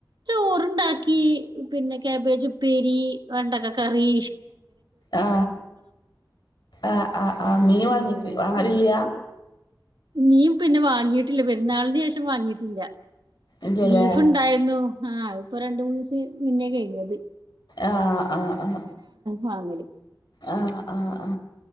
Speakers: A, on the right; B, on the left.
A: ചോറുണ്ടാക്കി പിന്നെ കാബേജ് ഉപ്പേരി വെണ്ടക്കക്കറി
B: ആ ആ ആ മീൻ വാങ്ങാറില്ല
A: ഉം. മീൻ പിന്നെ വാങ്ങിട്ടില്ല പെരുന്നാളിന് ശേഷം വാങ്ങിട്ടില്ല
B: ഇല്ലല്ലേ
A: ബീഫ് ഉണ്ടായിരുന്നു. ആ ഇപ്പൊ രണ്ട മൂന്ന് ദിവസം മുന്നേ കഴിഞ്ഞത്.
B: ആ ആ ആ
A: വാങ്ങൽ
B: ആ ആ ആ